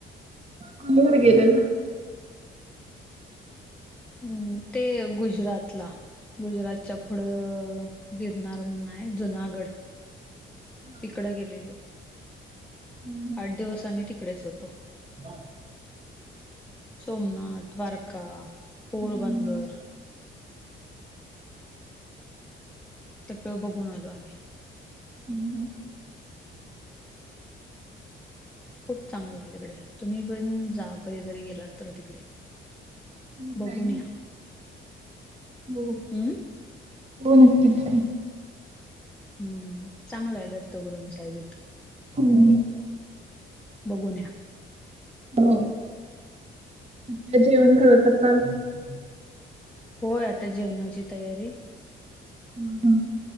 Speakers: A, on the right (about 30°); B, in the centre.
A: <unintelligible> गेलेले?
B: हम्म. ते गुजरातला. गुजरातच्या पुढं गिरनार म्हणून आहे जुनागढ. तिकडं गेलेलो.
A: हम्.
B: आठ दिवस आम्ही तिकडेच होतो.
A: हा.
B: सोमनाथ, द्वारका, पोरबंदर.
A: हम्म.
B: सगळं बघून आलो आम्ही.
A: हम्म हम्म.
B: खूप चांगल आहे तिकडे. तुम्ही पण जा कधीतरी गेलात तर तिकडे.
A: हो
B: बघून
A: जाईन
B: या
A: न. बघू.
B: हम्म
A: हो नक्कीच जाईन.
B: हम्म. चांगलंय दत्तगुरूंचा विठू.
A: हम्म.
B: बघून या.
A: हो. जेवण <unintelligible>
B: होय. आता जेवणाची तयारी.
A: हम्म.